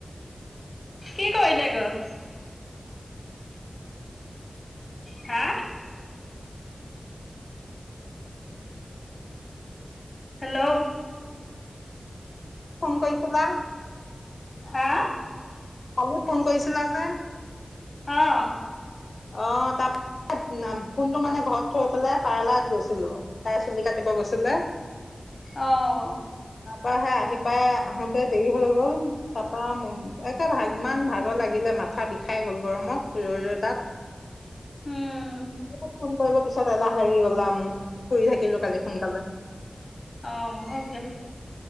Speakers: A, on the left; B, on the left.
A: কি কৰিলে গৈ? হা? হেল্ল'
B: ফোন কৰিছিলা?
A: হা?
B: কালি ফোন কৰিছিলা যে!
A: অ'।
B: অ', তাৰ <unintelligible> ফোনটো মানে ঘৰত থৈ পেলাই পাৰ্লাৰত গৈছিলোঁ। তাৰচত চলি কাতিব গৈছিলে।
A: অ',
B: তাৰপৰা হে আহি পাই আহোতে দেৰি হৈ গল তাৰপা একে ভাগ ইমান ভাগৰ লাগিলে। মাথা বি খাই গ'ল গৰমত ৰৈ - ৰৈ তাত
A: উম,
B: অ <inaudible> ফোন কৰিব পিছত এলাহ লাগি গলা মোক শুই থাকিলো কালি সোনকালে
A: অ, হওক দিয়ক